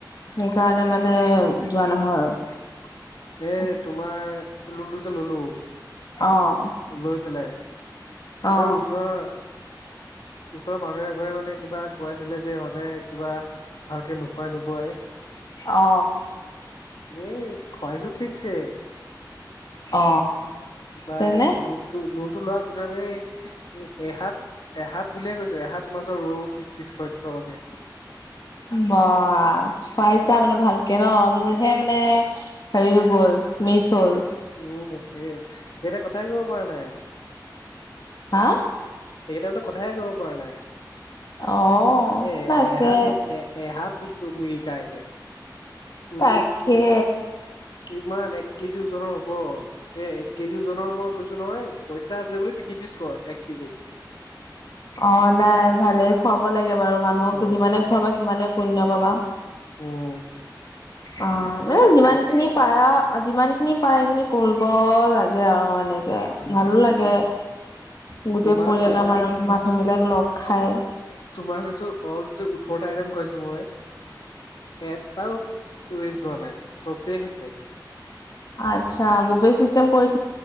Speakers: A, on the left; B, on the left.
A: সেইকাৰণে মানে যোৱা নহয় আৰু।
B: এ তোমাৰ লুণ্ড চ ললো
A: অ',
B: লৈ পেলাই, সেই
A: অ',
B: ওচৰৰ ওচৰৰ মানুহ এ ঘৰে মানে কিবা খুৱাইছিলে যে ইহঁতে, কিবা ভালকে নোখোৱাই নোবোৱাই।
A: অ।
B: এই খুৱাইছো ঠিকছে।
A: অ।
B: একবাৰ
A: তেনে
B: লোনটো - লোনটো লোৱাৰ পিছত এই এ এহাত এহাত বুলিয়ে কৈছো, এহাত মাছৰ ৰৌ পিচ পিচ খুৱাইছো চবকে।
A: বা! খুৱাইছা মানে ভালকে ন মোৰ হে মানে হেৰি হৈ গ'ল মিচ হ'ল।
B: উম এ সেইতে কথাই কব পৰা নাই।
A: হা!
B: সেইকেইটা বোলে কথাই কব পৰা নাই।
A: অ
B: এ
A: তাকে
B: এহাত এ এ হাত বুসকো মিৰিকাইকে উ
A: তাকে
B: উ কিমান এক কেজি ওজনৰ হ'ব? এ এক কেজি ওজনৰ মই কৈছো নহয় পইচা আছে বুলি, তিনি পিচ কৰ এক কেজি।
A: অঁ নাই ভালেই খুৱাব লাগে বাৰু মানুহক।
B: অ'
A: যিমানে খোৱাবা সিমানে পুণ্য পাবা।
B: উম।
A: অঁ ন
B: তাই
A: যিমান
B: খাইছে
A: খিনি পাৰা আ যিমানখিনি পায় সেইখিনি কৰিব লাগে আৰু এনেকে
B: উম
A: ভালো লাগে। গোটেই
B: তোমাৰ
A: পৰিয়ালৰ
B: কৈছো
A: মানুহ - মানুহবিলাক লগ খাই৷
B: তোমাৰ কৈছো অল টটেল ওঠৰটা আইটেম খুৱাইছো মই এটাও ৱেষ্ট যোৱা নাই চবে খাইছে।
A: আচ্ছা বফে চিষ্টেম কৰি